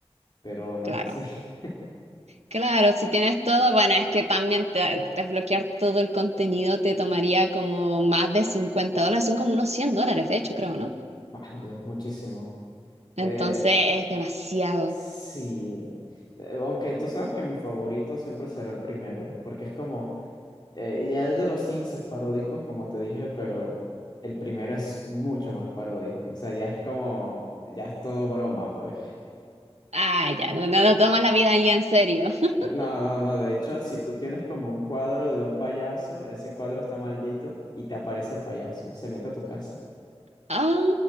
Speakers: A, on the left; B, on the right.
A: pero no
B: Claro.
A: es así. <laughs>
B: Claro, si tienes todo, bueno, es que también te- desbloquear todo el contenido te tomaría como más de 50 dólares, son como unos 100 dólares, de hecho, creo, ¿no?
A: Bueno, es muchísimo. Eh,
B: Entonces es demasiado.
A: sí, eh, aunque tú sabes que mi favorito siempre será el primero, porque es como, eh, ya el de los Things es paródico, como te dije, pero el primero es mucho más paródico. O sea, ya es como, ya es todo broma, pues.
B: Ah, ya, no, no, no tomas la vida ahí en serio. <laughs>
A: Eh, No, no, no, de hecho, si tú tienes como un cuadro de un payaso, ese cuadro está maldito y te aparece el payaso, se mete a tu casa. <laughs>
B: Ah,